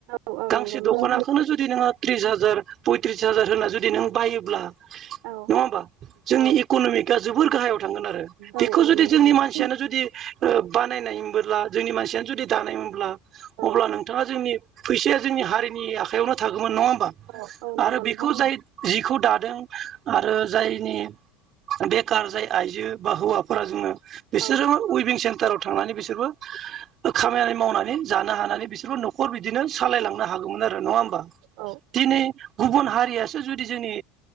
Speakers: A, on the right (about 70°); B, on the right (about 45°).
A: औ औ
B: गांसे
A: नंगौ नोंथां
B: दखनाखौनो जुदि नोङो त्रिस हाजार। पयथ्रिस हाजार होना जुदि नों बायोब्ला।
A: औ
B: नङा होमबा जोंनि
A: औ
B: इकनमिकआ जोबोर गाहायाव थांगोन आरो बेखौ
A: औ औ
B: जुदि
A: नंगौ
B: जोंनि
A: नोंथां
B: मानसियानो जुदि बानायनायबोब्ला जोंनि मानसियानो जुदि दानायोमब्ला अब्ला
A: औ
B: नोंथाङा जोंनि फैसाया जोंनि हारिनि आखायावनो थागौमोन नङा होमबा।
A: औ औ नंगौ
B: आरो बेखौ
A: नोंथां
B: जाय जिखौ दादों आरो जायनि बेखार जाय आइजो बा हौवाफोरा जोङो। बिसोरजोंबो
A: औ
B: उइभिं सेन्टाराव थांनानै बिसोरबो खामानि मावनानै जनो हानानै बिसोर नखरबिदिनो सालायांनो
A: औ
B: हागौ आरो नङा हबा
A: औ
B: दिनै गुबुन हारियासो जुदि जोंनि